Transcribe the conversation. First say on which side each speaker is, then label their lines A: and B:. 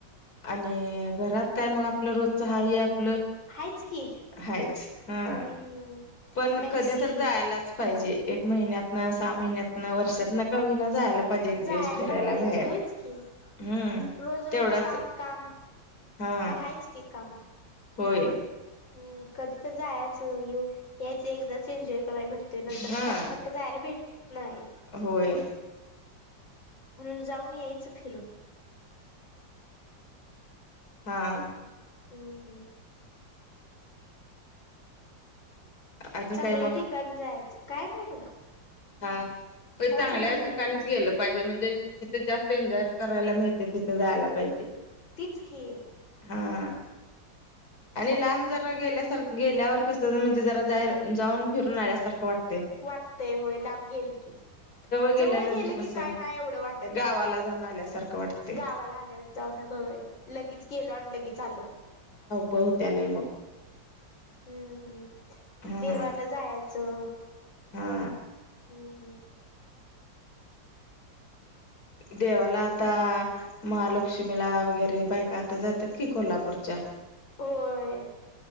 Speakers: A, on the left; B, on the left.
A: आणि घरात काय मग आपलं रोजच हाय हे आपलं
B: आहेच की
A: हायच हा
B: हम्म
A: पण
B: मॅक्सी
A: कधी तर जायालाच पाहिजे एक महिन्यातन सहा महिन्यानं वर्षातन का वीना जायला पाहिजे एक
B: जायला
A: दिवस फिरायला
B: लागतेच
A: बाहेर
B: होयच की
A: हम्म
B: रोज
A: तेवढाच
B: रोज काम-काम
A: हा
B: हाय हायच कि काम
A: होय
B: हम्म कधी तर जायचं ये यायच एकदाच एन्जॉय कराय भेटतोय नंतर
A: हा
B: सारखं सारखं जायला भेटत नाही
A: होय
B: म्हणून जाऊन यायचं फिरून
A: हा
B: हम्म हम्म
A: आणि
B: चांगल्या
A: काय मग
B: ठिकाण जायचं काय नाही बघा
A: हा चांगल्या
B: काय चाललंय आणि
A: ठिकाणीच गेलं पाहिजे म्हणजे जिथे जास्त एन्जॉयर करायला मिळते तिथे जायला पाहिजे
B: तिच कि
A: हा आणि लांब जरा गेल्यासारख गेल्यावर कस म्हणजे जरा जा जाऊन फिरून आल्यासारखं वाटत
B: वाटतय होई लाब गेल की,
A: गेल्यानंतर
B: जवळ गेलं
A: कसं
B: की काय नाही एवढं वाटत
A: गावाला जाऊन आल्यासारखं वाटते
B: गावाला आलोय जा लगिच गेलो आणि लगिच आलो
A: पहू त्यालय मग
B: हम्म हम्म
A: हा
B: देवाला जायचं.
A: हा
B: हम्म हम्म
A: देवाला आता, महालक्ष्मीला वगैरे बायका आता जातात की कोल्हापूरच्या.
B: होय